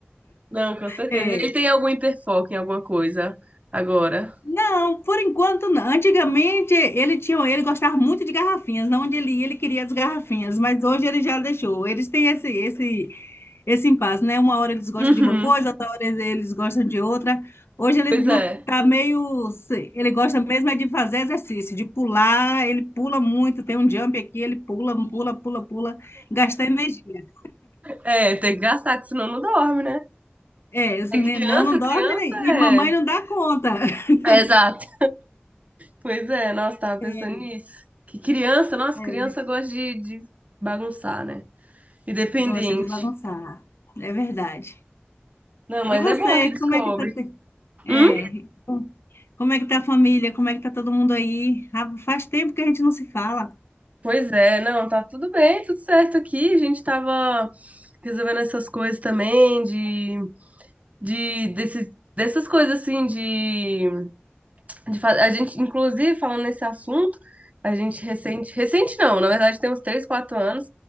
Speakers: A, on the right; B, on the left.
A: Não, com certeza.
B: É.
A: Ele tem algum hiperfoco em alguma coisa agora.
B: Não, por enquanto não. Antigamente ele tinha, ele gostava muito de garrafinhas. Na onde ele ia, ele queria as garrafinhas, mas hoje ele já deixou. Eles têm esse, esse esse impasse, né? Uma hora eles gostam
A: Uhum,
B: de uma coisa, outra hora eles gostam de outra. Hoje ele
A: pois
B: não
A: é.
B: tá meio. Ele gosta mesmo é de fazer exercício, de pular, ele pula muito, tem um jump aqui, ele pula, pula, pula, pula, gasta energia.
A: É, tem que gastar, que senão não dorme, né?
B: É, esse
A: É criança,
B: nenão não dorme
A: criança
B: e
A: é.
B: mamãe não dá conta. <laughs>
A: é exato. Pois é, nossa, tava
B: É,
A: pensando nisso. Que criança, nossa,
B: é,
A: criança gosta de, de bagunçar, né? Independente.
B: gosta de bagunçar, é verdade.
A: Não, mas
B: E você,
A: é bom que descobre.
B: como é que tá? te- É,
A: Hum?
B: como é que tá a família? Como é que tá todo mundo aí? Ah, faz tempo que a gente não se fala.
A: Pois é, não, tá tudo bem, tudo certo aqui. A gente tava resolvendo essas coisas também de de desses, dessas coisas assim de, de fa- a gente inclusive falando nesse assunto, a gente recente, recente não, na verdade tem uns 3, 4 anos